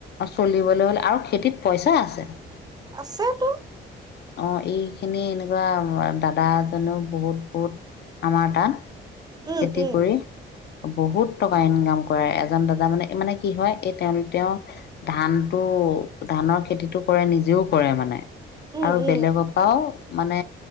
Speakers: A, on the left; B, on the right.
A: অ' চলিবলৈ হ'ল আৰু খেতিত পইচা আছে।
B: আছে তো।
A: অ' এই খিনি এনেকুৱা দাদা এজনেও বহুত-বহুত আমাৰ তাত
B: উম
A: খেতি
B: উম
A: কৰি বহুত টকা ইনকাম কৰে। এজন দাদা মানে মানে কি হয়, এই তেওঁ তেওঁ ধানতটো, ধানৰ খেতিটো কৰে। নিজেও কৰে মানে।
B: উম
A: আৰু
B: উম
A: বেলেগৰ পৰাও, মানে